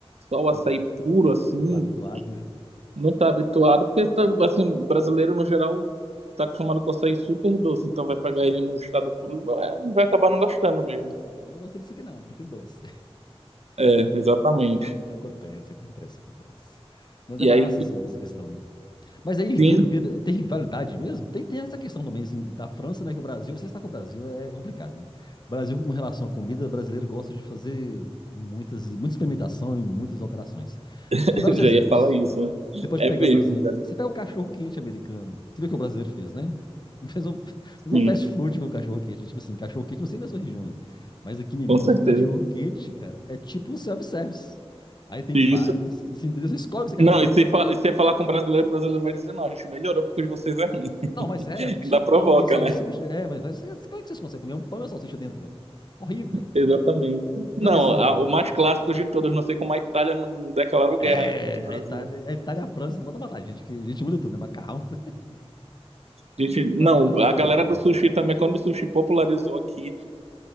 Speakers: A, on the right; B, on the left.
A: só o açaí
B: não,
A: puro, assim,
B: não tá habituado, né?
A: não tá habituado, porque tá, assim, brasileiro no geral tá acostumado com açaí super doce, então vai pegar
B: Sim.
A: ele num estado puro, vai vai acabar não gostando mesmo.
B: Vai falar, "Ah, não gostei disso aqui não, prefiro doce.
A: É, exatamente.
B: Acontece, acontece, acontece. Mas
A: E
B: é massa,
A: aí,
B: assim, essa questão. Mas aí vira,
A: sim,
B: vira- tem rivalidade mesmo? Tem, tem essa questão também, assim, da França, né? Que o Brasil, você está com o Brasil, é complicado, né? O Brasil, com relação à comida, o brasileiro gosta de fazer muitas, muita experimentação e muitas alterações.
A: <laughs>
B: Tem vários
A: já
B: exemplos.
A: ia falar isso, né?
B: Você pode
A: É
B: pegar,
A: mesmo,
B: por exemplo,
A: cara.
B: você pega o cachorro quente americano. Você vê o que o brasileiro fez, né? <laughs> Fez um, fez
A: Sim,
B: um fast food com o cachorro quente. Tipo assim, cachorro quente, não sei na sua região aí. Mas aqui em
A: com
B: Minas,
A: certeza.
B: o cachorro quente, cara, é tipo um self-service. Aí tem
A: Isso.
B: vários, assim, entendeu? Você escolhe o que você quer
A: Não,
B: colocar.
A: e se, fa- e se falar com brasileiro, o brasileiro vai dizer, não, a gente melhorou porque o de vocês é ruim. <laughs>
B: Não, mas é só
A: Ainda
B: pão
A: provoca,
B: e salsicha.
A: né?
B: É, mas vai- vocês- como é que vocês conseguem comer um pão e uma salsicha dentro, velho? Horrível.
A: Exatamente. Não,
B: Não, e assim,
A: a- o mais clássico de todos, não sei como a Itália não declarou
B: é,
A: guerra ainda contra o Brasil.
B: a Itália, a Itália e a França, não bota matar a gente, que a gente muda tudo, né? Macarrão, <laughs>
A: Gente, não,
B: macarrão
A: a
B: é foda,
A: galera do
B: velho.
A: sushi também, quando o sushi popularizou aqui,